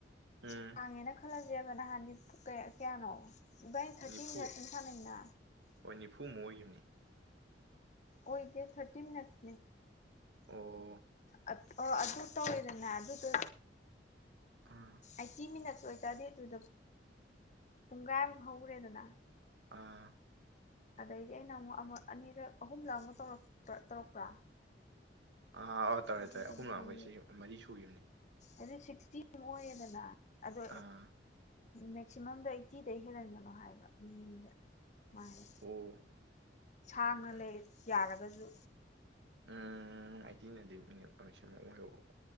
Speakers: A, on the right (about 80°); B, on the left (about 40°).
A: ꯎꯝ
B: ꯁꯥꯡꯉꯦꯅ꯫ ꯈꯜꯂꯁꯦꯕ ꯅꯍꯥꯟꯗꯤ ꯀꯌꯥ ꯀꯌꯥꯅꯣ ꯏꯕꯥꯅꯤ ꯊꯥꯔꯇꯤ
A: ꯅꯤꯐꯨ
B: ꯃꯤꯅꯠ ꯁꯨꯝ ꯁꯥꯟꯅꯩꯅ
A: ꯍꯣꯏ ꯅꯤꯐꯨꯃꯨꯛ ꯑꯣꯏꯒꯤꯕꯅꯤ꯫
B: ꯑꯣꯏꯗꯦ ꯊꯥꯔꯇꯤꯟ ꯅꯠꯅꯦ
A: ꯑꯣ꯫
B: ꯑ ꯑꯣ ꯑꯗꯨ ꯇꯧꯔꯦꯗꯅ ꯑꯗꯨꯗꯨ
A: ꯎꯝ
B: ꯑꯥꯏꯇꯤ ꯃꯤꯅꯠꯁ ꯑꯣꯏꯇꯥꯔꯗꯤ ꯑꯗꯨꯗ ꯄꯨꯡꯒꯥꯏ ꯑꯃ ꯍꯧꯒ꯭ꯔꯦꯗꯅ
A: ꯑꯥ
B: ꯑꯗꯩꯗꯤ ꯑꯩꯅ ꯑꯃꯨꯛ ꯑꯃꯛ ꯑꯅꯤꯔꯛ ꯑꯍꯨꯝꯂꯛ ꯑꯃꯨꯛ ꯇꯧꯔ ꯇꯧꯔꯛꯄ꯭ꯔꯥ
A: ꯑꯥ ꯑꯥ ꯇꯧꯔꯦ
B: ꯑꯗꯨꯒꯗꯤ
A: ꯇꯧꯔꯦ ꯑꯍꯨꯝꯂꯛ ꯑꯃ ꯏꯆ‌ꯦ ꯃꯔꯤ ꯁꯨꯒꯤꯝꯅꯤ꯫
B: ꯑꯗꯨ ꯁꯤꯛꯁꯇꯤꯃꯨꯛ ꯑꯣꯏꯔꯌꯦꯗꯅ ꯑꯗꯣ
A: ꯑꯥ
B: ꯃꯦꯛꯁꯤꯃꯝꯗ ꯑꯥꯏꯇꯤꯗꯩ ꯍꯦꯜꯍꯟꯒꯅꯣ ꯍꯥꯏꯕ ꯃꯤ ꯑꯝꯗ꯫ ꯃꯥꯥꯏ
A: ꯑꯣ
B: ꯁꯥꯡꯅ
A: ꯑꯣꯀꯦ
B: ꯂꯩ
A: ꯑꯣꯀꯦ
B: ꯌꯥꯔꯒꯖꯨ
A: ꯎꯝ ꯑꯥꯇꯤꯅꯗꯤ ꯃꯤꯅꯤꯠ ꯁꯃꯨꯛ ꯑꯣꯏꯍꯧꯕꯀ‌ꯣ